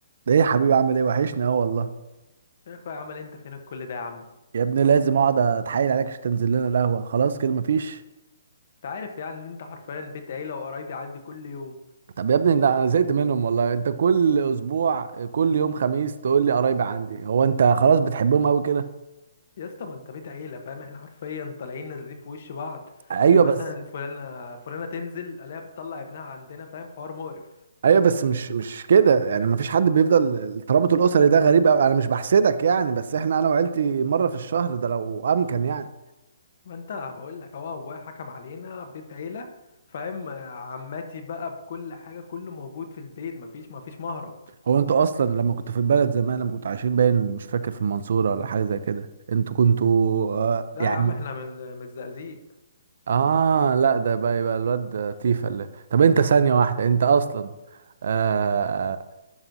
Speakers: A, on the right; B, on the left.
A: ده ايه يا حبيبي عامل ايه وحشني اهو والله
B: يا اخويا عمل إيه انت فينك كل ده يا عم
A: يا ابني لازم اقعد اتحايل عليك عشان تنزل لنا القهوه خلاص كده مفيش
B: انت عارف يعني ان انت حرفيا بيت عيله وقرايبي عندي كل يوم
A: طب يا ابني ده انا زهقت منهم والله انت كل اسبوع كل يوم خميس تقول لي قرايبي عندي هو انت خلاص بتحبهم قوي كده
B: يا اسطى ما انت بيت عيله فاهم احنا حرفيا طالعين نازلين في وش بعض
A: ايوه
B: إيه مثلا
A: بس
B: فلانه فلانه تنزل الاقيها بتطلع ابنها عندنا فاهم حوار مقرف
A: ايوه بس مش مش كده يعني مفيش حد بيفضل الترابط الاسري ده غريب قوي انا مش بحسدك يعني بس احنا انا وعيلتي مره في الشهر ده لو امكن يعني
B: ما انت بقول لك اهو ابويا حكم علينا بيت عيله فاهم آه، عماتي بقى بكل حاجه كله موجود في البيت مفيش مفيش مهرب
A: هو انتوا اصلا لما كنتوا في البلد زمان لما كنتوا عايشين باين مش فاكر في المنصوره ولا حاجه زي كده انتوا كنتوا آه،
B: لا
A: يعني
B: يا عم احنا من من الزقازيق
A: اه لا ده بقى يبقى الواد ده تيفا اللي طب انت ثانية واحدة انت اصلا اه,